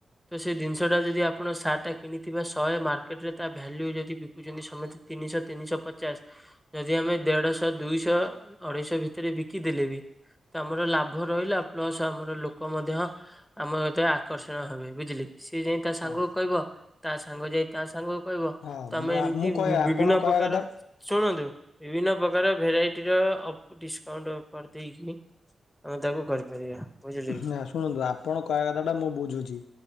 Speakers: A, in the centre; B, on the left.
A: ତ ସେ ଜିନିଷଟା ଯଦି ଆପଣ ସାର୍ଟ ଟା କିଣିଥିବା ଶହେ ମାର୍କେଟ୍ ରେ ତା ଭ୍ୟାଲୁ ହେଇଯାଉଚି ବିକୁଛନ୍ତି ସମତେ ତିନିଶ ତିନିଶ ପଚାଶ ଯଦି ଆମେ ଦେଢ଼ଶ ଦୁଇଶ ଅଢ଼େଇଶ ଭିତରେ ବିକିଦେଲେ ବି ତ ଆମର ଲାଭ ରହିଲା ପ୍ଲସ୍ ଆମର ଲୋକ ମଧ୍ୟ ଆମ ଏତେ ଆକର୍ଷଣ ହେବେ ବୁଝିଲେ କି? ସିଏ ଯାଇଁକି ତା ସାଙ୍ଗକୁ
B: ହଁ
A: କହିବ ତା ସାଙ୍ଗ ଯାଇ ତା ସାଙ୍ଗକୁ କହିବ
B: ହଁ
A: ତମେ
B: ମୁଁ
A: ଏମିତି
B: ମୁଁ କହିବା
A: ବି ବିଭିନ୍ନ
B: ଆପଣ କହିବା
A: ପ୍ରକାର
B: କଥା
A: ଶୁଣନ୍ତୁ ବିଭିନ୍ନ ସବୁପ୍ରକାର ଭେରାଇଟିର ଅଫ୍ ଡିସକାଉଣ୍ଟ ଅଫର୍ ଦେଇକି ଆମେ ତାକୁ କରିପାରିବା। ବୁଝିଲେ କି
B: ନା ଶୁଣନ୍ତୁ ଆପଣ କହିଆ କଥାଟା ମୁଁ ବୁଝୁଛି।